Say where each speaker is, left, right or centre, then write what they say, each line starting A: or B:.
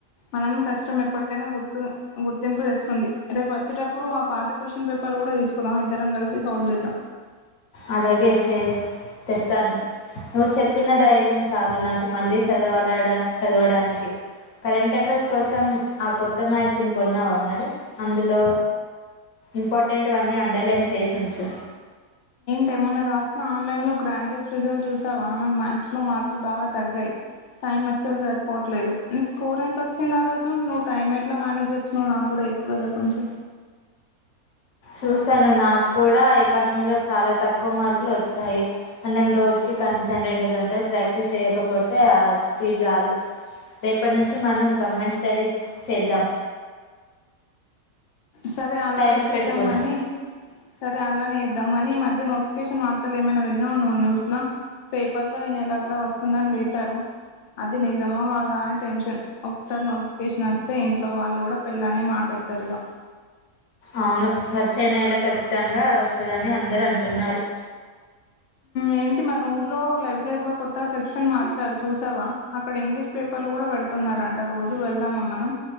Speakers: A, on the left; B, on the left.
A: మనం కష్టం ఎప్పటికైనా గుర్తు గుర్తింపు తెస్తుంది రేపు వచ్చేటప్పుడు ఆ పాత క్వశ్చన్ పేపర్ కూడా తీసుకురాం ఇద్దరం కలిసి సాల్వ్ చేద్దాం
B: అలాగే చే తెస్తాను నువ్వు చెప్పిన ధైర్యం చాలు నాకు మళ్ళీ చదవాలడా చదవడానికి కరెంట్ అఫైర్స్ కోసం ఆ కొత్త మ్యాగజిన్ కొన్నావా మరి అందులో ఇంపార్టెంట్వన్నీ అండర్లైన్ చేసి ఉంచు
A: టమన్నా రాసిన ఆన్లైన్ లో గ్రాండెస్ట్ రిజల్ట్ చూసావా నానకు మ్యాచ్ లో మార్కులు బాగా తగ్గై టైమస్ చాల సార్పోవట్లేదు మీకు స్కోర్ ఎంత వచ్చింది ఆ రోజు నువ్ టైమ్ ఎట్లా మనేజ్స్త వు నాకు కూడా ఎప్పుడు కదా కొంచెం
B: చూశాను నాకు కూడా ఎకానమీలో చాలా తక్కువ మార్కులు వచ్చాయి మనం రోజుకి కనీసం రెండు గంటలు ప్రాక్టీస్ చేయకపోతే స్పీడ్ రాదు రేపటి నుంచి మనం కంబైన్ స్టడీస్ చేద్దాం
A: సరే అలాగే
B: టైమర్
A: చేద్దాం
B: పెట్టుకుందాం
A: గాని సరే అలానే ఇద్దాం కాని ఈ మధ్య నోటిఫికేషన్ వార్తలు ఏమైనా విన్నావు నువ్వు న్యూస్లో పేపర్లో ఈయనెలక్కడ వస్తుందని వేశారు అది నిజమో కాదా అని టెన్షన్ ఒకసారి నోటిఫికేషన్ వస్తే ఇంట్లో వాళ్ళు కూడా పెళ్ళనే మాటేత్తారు ఇక
B: అవును వచ్చేనెల ఖచ్చితంగా వస్తుందని అందరు అంటున్నారు
A: ఏంటి మరి ఊర్లో లైబ్రరీలో కొత్త సెక్షన్ మార్చారు చూసావా అక్కడ ఇంగ్లీష్ పేపర్లు కూడా పెడుతున్నారంట రోజు వెళ్దామ మనం